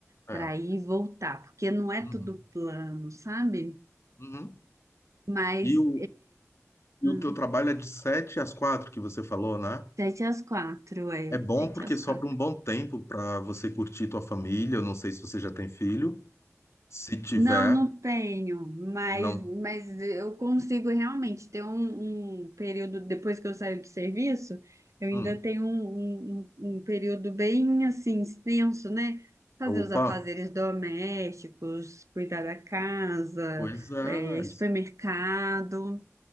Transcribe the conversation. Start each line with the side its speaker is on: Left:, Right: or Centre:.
Left: É.
Right: para ir e voltar, porque não é
Left: Uhum.
Right: tudo plano, sabe?
Left: Uhum.
Right: Mas
Left: E o, e
Right: hum,
Left: o teu trabalho é de 7 às 4 que você falou, né?
Right: sete às quatro, é,
Left: É bom
Right: sete
Left: porque
Right: às
Left: sobra
Right: quatro.
Left: um bom tempo para você curtir tua família. Eu não sei se você já tem filho. Se tiver,
Right: Não, não tenho, mas,
Left: não.
Right: mas eu consigo realmente ter um, um período, depois que eu saio do serviço, eu
Left: Hum.
Right: ainda tenho um, um- um um período bem assim extenso, né? Fazer
Left: Opa,
Right: os afazeres domésticos, cuidar da casa,
Left: Pois é,
Right: eh, supermercado.